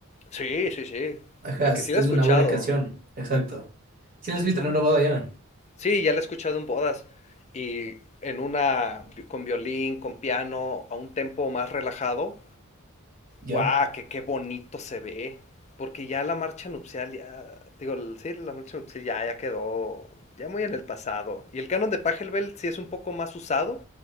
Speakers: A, on the left; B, on the right.
A: Sí, sí, sí.
B: Ajá,
A: Porque
B: es
A: sí la
B: es
A: he escuchado.
B: una buena canción, exacto. Si la has
A: Sí,
B: visto
A: la-
B: en una boda ya?
A: sí, ya la he escuchado en bodas. Y en una vi- con violín, con piano, a un tempo más relajado,
B: Ya,
A: Guau, qué, qué bonito se ve. Porque ya la marcha nupcial, ya, digo, el- sí, la marcha nupcial ya, ya quedó ya muy en el pasado. Y el canon de Pachelbel sí es un poco más usado,